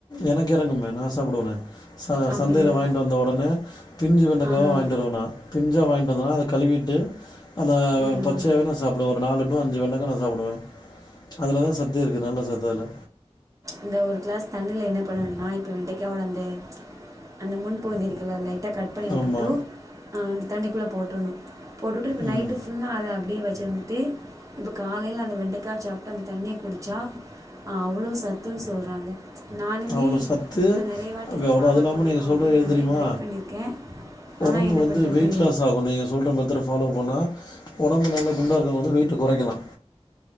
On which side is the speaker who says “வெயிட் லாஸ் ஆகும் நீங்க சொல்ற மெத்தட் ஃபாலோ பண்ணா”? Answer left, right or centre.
Left